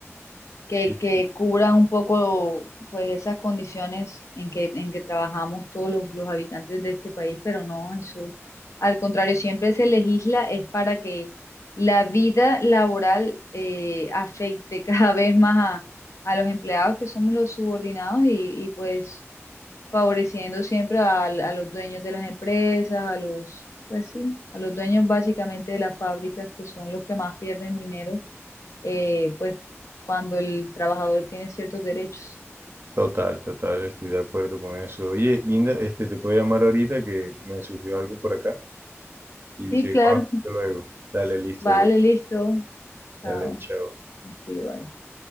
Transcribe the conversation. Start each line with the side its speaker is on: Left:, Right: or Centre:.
Left: que,
Right: Sí,
Left: que
Right: sí.
Left: cubra un poco pues esas condiciones en que, en que trabajamos todos los, los habitantes de este país, pero no, eso, al contrario, siempre se legisla es para que la vida laboral eh, afecte cada <laughs> vez más a, a los empleados que somos los subordinados y, y, pues favoreciendo siempre al- a, los dueños de las empresas, a los, pues sí, a los dueños básicamente de las fábricas que son los que más pierden dinero eh, pues cuando el trabajador tiene ciertos derechos.
Right: Total, total, estoy de acuerdo con eso. Oye, Linda, este, te puedo llamar ahorita que me surgió algo por acá y
Left: Sí,
Right: seguimos
Left: claro, <laughs>
Right: hablando luego. Dale, listo,
Left: vale,
Right: luego.
Left: listo. Chao.
Right: Dale, chao.
Left: Me despido, bye.